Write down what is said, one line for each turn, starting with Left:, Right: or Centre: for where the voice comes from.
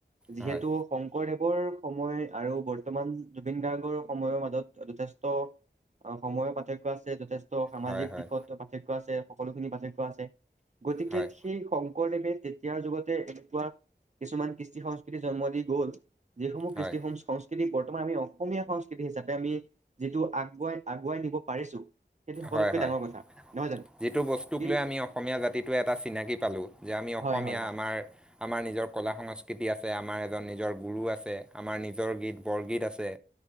Right: যিহেতু
Centre: হয়
Right: শংকৰদেৱৰ তেওঁৰ সময় আৰু বৰ্তমান জুবিন গাৰ্গৰ সময়ৰ মাজত যথেষ্ট অ', সময়ৰ পাৰ্থক্য আছে যথেষ্ট সামাজিক
Centre: হয় হয়
Right: দিশতটো পাৰ্থক্য আছে। সকলোখিনি পাৰ্থক্য আছে গতিকে
Centre: হয়
Right: সেই, শংকৰদেৱে তেতিয়াৰ যুগতে এনেকুৱা কিছুমান কৃষ্টি সংস্কৃতি জন্ম দি গল। যিসমূহ
Centre: হয়
Right: কৃষিসম সং ত্ৰি বৰ্তমান আমি অসমীয়া সংস্কৃতি হিচাপে আমি যিটো আগুৱাই আগুৱাই নিব পাৰিছো সেইটো সকলোতকৈ
Centre: হয় হয়
Right: ডাঙৰ কথা। নহয় জানো
Centre: যিটো বস্তুক
Right: কিন্তু
Centre: লৈ আমি অসমীয়া জাতিটোৱে এটা চিনাকি পালো যে আমি অসমীয়া
Right: হয় হয় হয়
Centre: আমাৰ আমাৰ নিজৰ কলা সংস্কৃতি আছে আমাৰ এজন নিজৰ গুৰু আছে আমাৰ নিজৰ গীত বৰগীত আছে,